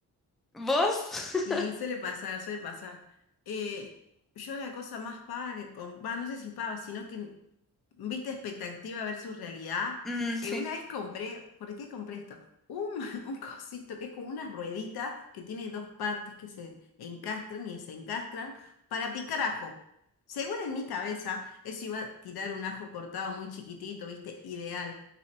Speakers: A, in the centre; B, on the left.
A: ¿Vos?
B: Y
A: <laughs>
B: suele pasar, suele pasar. Eh, yo la cosa más paga que... com- Va, no sé si paga, sino que viste, expectativa versus realidad.
A: Mm, sí.
B: Eh, una vez compré, ¿por qué compré esto? Un, <laughs> un cosito que es como una ruedita que tiene dos partes que se encastran y desencastran para picar ajo. Según en mi cabeza, eso iba a tirar un ajo cortado muy chiquitito, viste, ideal.